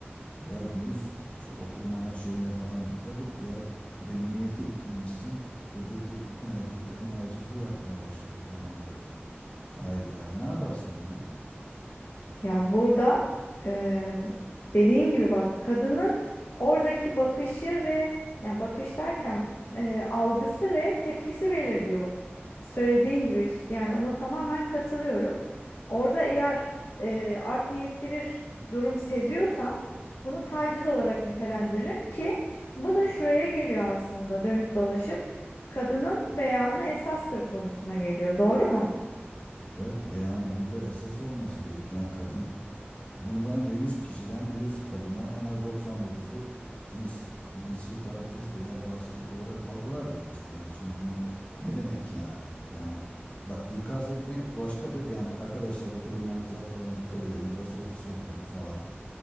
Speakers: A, on the left (about 30°); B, on the left (about 70°).
A: Ya Gülüz şu oturmana şeyine falan dikkat et ya. Bir de mini etek giymişsin. Buradaki bütün erkeklerin ağzı su yakmaya başladı falan böyle. Ayda ne yaparsın buna?
B: Ya burada eee dediğin gibi bak kadının oradaki bakışı ve yani bakış derken eee, algısı ve tepkisi belirliyor. Söylediğin gibi yani ona tamamen katılıyorum. Orada eğer eee, art niyetli bir durum seziyorsam bunu taciz olarak nitelendiririm ki bu da şuraya geliyor aslında dönüp dolaşıp kadının beyanı esastır konusuna geliyor. Doğru mu?
A: Evet ve yani burada esas olması gereken yani kadın Bunu bence 100 kişiden 100 kadından en az 99'u cins, cinsi taciz veya rahatsızlık olarak algılar bence. Yani şimdi bunun ne demek yani? Yani bak ikaz etmek başkadır. Yani arkadaşlar oturmamıza falan dikkat edelim. Burası ofis ortamı falan